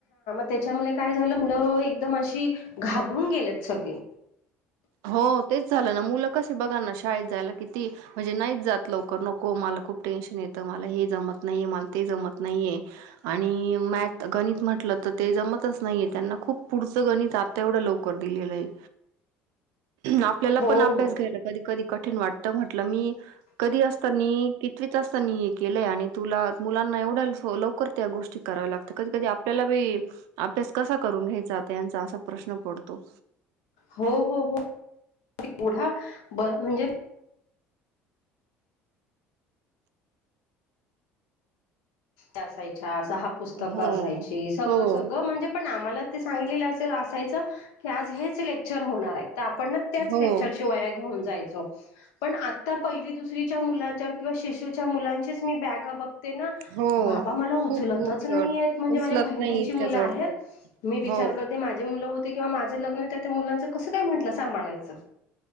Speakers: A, on the left (about 85°); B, on the right (about 80°).
A: त्याच्यामुळे काय झालं मुलं एकदम अशी घाबरून गेलेत सगळे
B: हो तेच झालं ना मुलं कसे बघा ना शाळेत जायला कि ती म्हणजे नाहीच जात लवकर नको मला खूप टेन्शन येत. मला हे जमत नाही म ते जमत नाहीये आणि म गणित म्हंटलं तर ते नाही त्यांना खूप पुढचं गणित आता एवढं लवकर दिलेलं आहे आपल्याला
A: हो
B: पण अभ्यास
A: हो
B: घ्यायला कधी कधी क वाट म्हट मी कधी असताना कितच असताना हे केलंय आणि तु मुलांना वढ लवकर त्या गोष्टी कराव्या लागत कधी कधी आपल्याला अभ्यास कसा करून घ्यायचाचा असा प्रश्न पडतो
A: हो हो हो एवढा ब म्हणजे असायच्या सहा पुस्तकं
B: हं,
A: असायची सगळं
B: हो,
A: सगळं म्हणजे पण आम्हाला ते सांगितलेलं अस असायच की आज हेच लेक्चर होणार आहेत आपण त्याच
B: हो,
A: लेक्चरची वया घेऊन जायचो पण आता पहिली दुसरी मुच्या किंवा शिशूच्या मुलांचीच मी बॅगा बघते ना
B: हो.
A: बाबा म
B: खूप
A: उचलतच
B: खूप
A: नाही
B: जड.
A: म्हणजे
B: उचलत
A: माझ्या बहिणीची
B: नाही इतक्या
A: मुलं आहेत
B: जड बॅग.
A: मी विचार
B: हो.
A: कर माझे मु होते किंवा माझं लग्न होत त्या मुलांच कसं काय म्हटलं सांभाळायचं